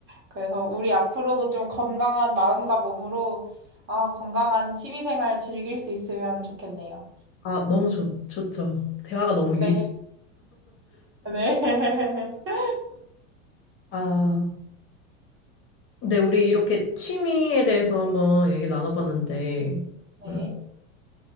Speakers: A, on the right (about 35°); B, on the left (about 35°).
A: 그래서 우리 앞으로도 좀 건강한 마음과 몸으로 아, 건강한 취미생활 즐길 수 있으면 좋겠네요.
B: 아, 너무 좋, 좋죠. 대화가 너무
A: 네,
B: 유익.
A: 네. <laughs>
B: 아, 근데 우리 이렇게 취미에 대해서 한번 얘기를 나눠봤는데,
A: 네.
B: 음,